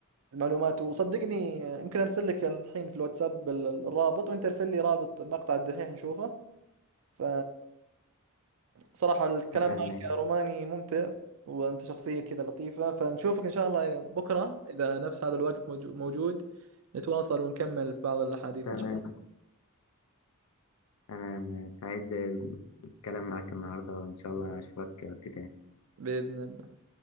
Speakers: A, on the right; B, on the left.
A: المعلومات وصدقني يمكن ارسل لك الحين في الواتساب ال- الرابط وانت ارسل لي رابط مقطع الدحيح نشوفه ف صراحة الكلام
B: تمام
A: معك
B: ماشي
A: يا روماني ممتع وأنت شخصية كذا لطيفة فنشوفك إن شاء الله بكرة إذا نفس هذا الوقت موجو- موجود نتواصل ونكمل في بعض الأحاديث
B: تمام
A: إن شاء-
B: أنا سعيد بالكلام معاك النهاردة وإن شاء الله أشوفك وقت تاني
A: الله بإذن الله